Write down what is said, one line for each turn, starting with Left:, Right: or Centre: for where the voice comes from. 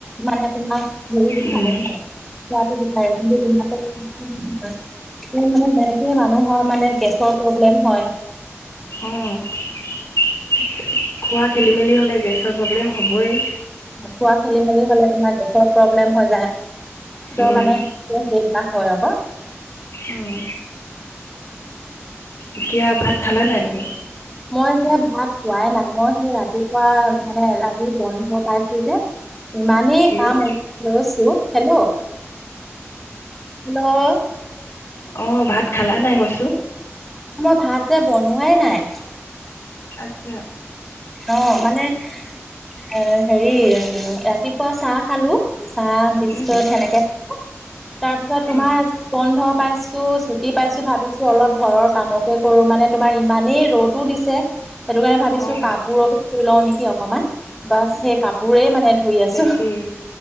Centre: মানে তোমাৰ ভৰি বিষা
Left: উম
Centre: ন <unintelligible> চতে বিঠাই কিন্ত তুমা তাত <unintelligible> মানে সেনেকে মানুহৰ মানে গেছৰ প্ৰব্লেম হয়।
Left: অ <unintelligible> খোৱা খেলি মেলি হ'লে গেছৰ প্ৰব্লেম হ'বই
Centre: খোৱা খেলি মেলি হলে তোমাৰ গেছৰ প্ৰব্লেম হৈ যায় ত'
Left: উম
Centre: মানে সেইবিলাক হয় আকৌ
Left: উম এতিয়া ভাত খালা নাই তুমি?
Centre: মই যে ভাত খোৱাই নাম সেই ৰাতিপুৱা মানে আজি বন্ধ পাইছোঁ যে মানে
Left: হেল্ল'
Centre: কাম উঠচ হেল্ল' হেল্ল'-
Left: অ ভাত খালা নাই কৈছো
Centre: ই ভাত যে বনোৱাই নাই
Left: আত্ছা
Centre: অ মানে এ হেৰি উ ৰাতিপুৱা চাহ খালোঁ চাহ বিস্কুট
Left: উম,
Centre: সেনেকে তাৰ পিছত তোমাৰ
Left: উম,
Centre: বন্ধ পাইছোঁ ছুটি পাইছো ভাবিছো অলপ ঘৰৰ কামকে কৰো মানে তোমাৰ ইমানেই ৰ'দো দিছে সেইটো কাৰণে ভাবিছো
Left: অ',
Centre: কাপোৰকে ধুই লওঁ নেকি অকনমান বা সেই কাপোৰেই মানে ধুই আছো
Left: তাকেই